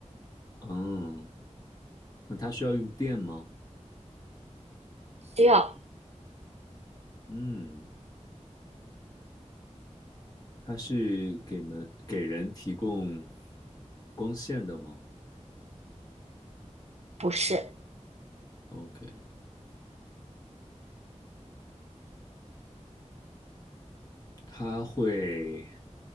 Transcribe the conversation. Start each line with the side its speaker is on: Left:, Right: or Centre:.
Left: 嗯，那它需要用电吗？
Right: 需要，
Left: 嗯，它是给门给人提供光线的吗
Right: 不是，
Left: ？OK，它会